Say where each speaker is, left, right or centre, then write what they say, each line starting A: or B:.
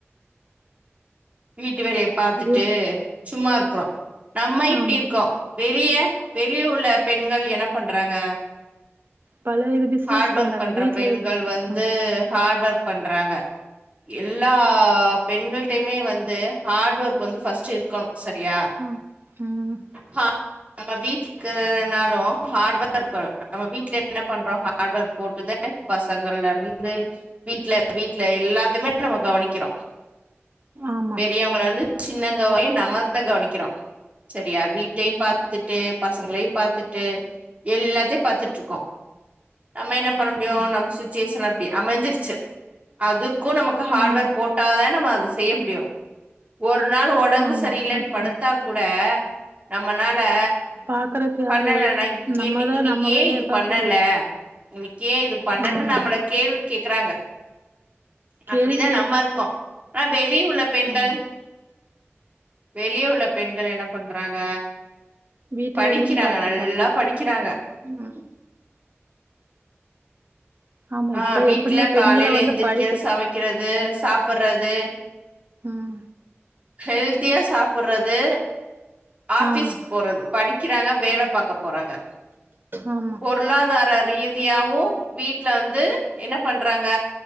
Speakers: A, on the right (about 30°); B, on the right (about 50°).
A: வீட்டு வேலய பாத்துட்டு
B: வீட்
A: சும்மா இருக்குறோ நம்ம இப்டி
B: ஆமா
A: இருக்கோ வெளிய வெளிய உள்ள பெண்கள் என்ன பண்றாங்க
B: பல இது பிஸ்னஸ்
A: ஹார்ட்
B: பண்றாங்க
A: ஒர்க் பண்ற
B: வீட்லயெ
A: பெண்கள் வந்து
B: ம்
A: ஹார்ட் ஒர்க் பண்றாங்க எல்லா பெண்கள்டயிமே வந் து ஹார்ட் வர்க் வந்து ஃபர்ஸ்ட் இருக்கணு செரியா
B: ஆ ம்
A: ஹா நம்ம வீட்க்கூனாலும் ஹார்ட் வர்க் பண்ணோ நம்ம வீட்ல என்ன பண்றோ ஹார்ட் வர்க் போட்டுதே பசங்கள்லருந்து வீட்ல வீட்ல எல்லாத்துக்மே நம்ம கவனிக்கிறோ
B: ஆமா
A: பெரியவங்ளர்ந்து சின்னவ் அவ்வளதையும் நம்மள்தா கவனிக்கிறோம் செரியா வீட்டெயும் பாத்துகிட்டு பசங்களயும் பாத்துட்டு எல்லாத்தெயும் பாத்துட்ருக்கோம் நம்ம என்ன பண்ணமுடியும்
B: ஆமா
A: நம் சிச்சுவேஷன் அப் அப்படி அமைஞ்சிருச்சு அது உனக்கும் நமக்கும் ஹார்ட்வேர்
B: ஆமா
A: போட்டாதேனே வரும் செய்ய முடியும் செய் ஒரு <inaudible> அதனால உடம்பு
B: ஆமா
A: சரியில்லேன்னு
B: அது
A: படுத்தா
B: ஒன்னு
A: கூட நம்ம நாளே
B: பாக்குறக்கு
A: பண்ணலே
B: யாரு இல்ல
A: நை
B: நம்மதா
A: ஏன் இன்னைக்கு
B: நம்ம
A: ஏன்
B: வேலைய
A: இது
B: பாக்க
A: பண்ணலே
B: முடியு
A: இன்னைக்கு ஏன் இது பண்ணலேன்னு
B: ஆமா
A: நம்மள கேள்வி கேக்குறாங்க
B: கேள்வி
A: அப்படிதான் நம்ம இருக்கோம் ஆனா வெளி உள்ள பெண்கள்
B: உஹம் <inaudible>
A: வெளிய உள்ள பெண்கள் என்ன பண்றாங்க
B: வீட்டு
A: படிக்கிறாங்க
B: வேலையும் பாத்துருக்காங்க
A: நல்லா படிக்கிறாங்க
B: உம் ஆமா
A: ஆஹ்
B: இப்ப
A: வீட்டுல
B: எப்டியு பெண்கள
A: காலையில
B: வந்து
A: எந்திரிக்கிறது
B: படிக்க வச்சு
A: சமைக்கிறது சாப்படுறது
B: உம்
A: ஹெல்தியா சாப்புறது ஆபீஸ்கு
B: ஆமா
A: போறது படிக்கிறாங்க வேல பார்க்க போறாங்க
B: ஆமா
A: பொருளாதார ரீதியாவும் வீட்டுல வந்து என்ன பண்றாங்க